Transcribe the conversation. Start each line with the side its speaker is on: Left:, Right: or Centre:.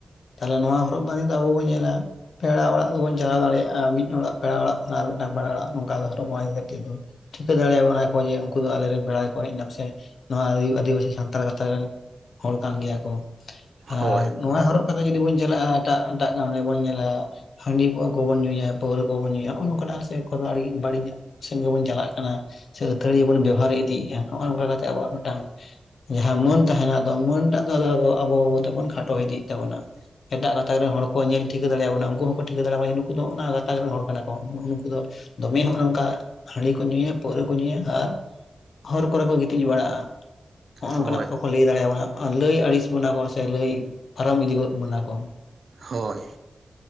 Left: ᱛᱟᱦᱞᱮ ᱱᱚᱣᱟ ᱦᱚᱨᱚᱜ ᱵᱟᱸᱫᱮ ᱫᱚ ᱟᱵᱚ ᱵᱚᱱ ᱧᱮᱞᱟ ᱯᱮᱲᱟ ᱚᱲᱟᱜ ᱫᱚᱵᱚᱱ ᱪᱟᱞᱟᱣ ᱫᱟᱲᱮᱭᱟᱜᱼᱟ ᱢᱤᱫ ᱚᱲᱟᱜ ᱯᱮᱲᱟ ᱚᱲᱟᱜ ᱠᱷᱚᱱ ᱟᱨ ᱢᱤᱫᱴᱟᱝ ᱯᱮᱲᱟ ᱚᱲᱟᱜ ᱱᱚᱝᱠᱟ ᱦᱚᱨᱚᱜ ᱵᱟᱮᱫ ᱫᱚ ᱴᱷᱤᱠᱟᱹ ᱫᱟᱲᱮᱭᱟᱵᱚᱱᱟ ᱠᱚ ᱡᱮ ᱩᱱᱠᱩ ᱫᱚ ᱟᱞᱮᱨᱮᱱ ᱵᱮᱲᱟᱭ ᱠᱚ ᱦᱮᱡ ᱮᱱᱟᱢ ᱥᱮ ᱱᱚᱣᱟ ᱟᱹᱫᱤᱵᱟᱹᱥᱤ ᱥᱟᱱᱛᱟᱲ ᱜᱟᱛᱟ ᱨᱮᱱ ᱦᱚᱲ ᱠᱟᱱ ᱜᱮᱭᱟ ᱠᱚ ᱟᱨ
Right: ᱦᱳᱭ
Left: ᱱᱚᱣᱟ ᱦᱚᱨᱚᱜ ᱠᱟᱛᱮᱮᱫ ᱡᱩᱫᱤ ᱵᱚᱱ ᱪᱟᱞᱟᱜᱼᱟ ᱮᱴᱟᱜ ᱮᱴᱟᱜ ᱜ ᱨᱮ ᱵᱚᱱ ᱧᱮᱞᱟ ᱦᱟᱺᱰᱤ ᱠᱚᱣᱟ ᱠᱚᱵᱚᱱ ᱧᱩᱭᱟ ᱯᱟᱹᱣᱨᱟᱹ ᱠᱚᱵᱚᱱ ᱧᱩᱭᱟᱜ ᱱᱚᱝᱠᱟᱱᱟᱜᱫᱚ ᱵᱟᱹᱲᱤᱡᱟᱜ ᱥᱮᱱᱜᱮᱵᱚᱱ ᱪᱟᱞᱟᱜ ᱠᱟᱱᱟ ᱥᱮ ᱟᱹᱛᱷᱟᱹᱲᱤ ᱵᱚᱱ ᱵᱮᱵᱚᱦᱟᱨ ᱤᱫᱤᱭᱮᱫᱼᱟ ᱱᱚᱜᱼᱚ ᱱᱚᱝᱠᱟ ᱠᱟ ᱠᱟᱛᱮᱜ ᱟᱵᱚᱣᱟᱜ ᱢᱤᱫᱴᱟᱱ ᱡᱟᱦᱟᱸ ᱢᱟᱹᱱ ᱛᱟᱦᱮᱱᱟ ᱫᱚ ᱢᱟᱹᱱ ᱮᱟᱜ ᱫᱚ ᱟᱵᱚ ᱫᱚᱵᱚᱱ ᱠᱷᱟᱴᱚ ᱤᱫᱤᱭ ᱛᱵᱚᱱᱟ ᱮᱴᱟᱜ ᱜᱟᱛᱟᱠ ᱨᱮᱱ ᱦᱚᱲ ᱠᱚ ᱧᱮᱞ ᱴᱷᱤᱠᱟᱹ ᱫᱟᱲᱮᱭᱟᱵᱚᱱᱟ ᱩᱱᱠᱩ ᱦᱚᱸᱠᱚ ᱴᱷᱤᱠᱟᱹ ᱫᱟᱲᱮᱭᱟᱜᱣᱟ ᱱᱩᱠᱩ ᱫᱚ ᱚᱱᱟ ᱜᱟᱛᱟᱠ ᱨᱮᱱ ᱦᱚᱲ ᱠᱟᱱᱟ ᱠᱚ ᱱᱩᱠᱩ ᱫᱚ ᱫᱚᱢᱮ ᱱᱚᱜᱼᱚ ᱱᱚᱝᱠᱟ ᱦᱟᱺᱰᱤ ᱠᱚ ᱧᱩᱭᱟ ᱯᱟᱹᱣᱨᱟᱹ ᱠᱚ ᱧᱩᱭᱟ ᱟᱨ ᱦᱚᱨ ᱠᱚᱨᱮ ᱠᱚ ᱜᱤᱛᱤᱡ ᱵᱟᱲᱟᱜᱼᱟ᱾ ᱱᱚᱜᱼᱚ ᱱᱚᱝᱠᱟᱱᱟᱜ
Right: ᱦᱳᱭ
Left: ᱠᱚᱠᱚ ᱞᱟᱹᱭ ᱫᱟᱲᱮᱭᱟᱵᱚᱱᱟ ᱞᱟᱹᱭ ᱟᱹᱲᱤᱥ ᱵᱚᱱᱟ ᱠᱚ ᱥᱮ ᱞᱟᱹᱭ ᱯᱟᱨᱚᱢ ᱤᱫᱤ ᱜᱚᱫ ᱵᱚᱱᱟ ᱠᱚ
Right: ᱦᱳᱭ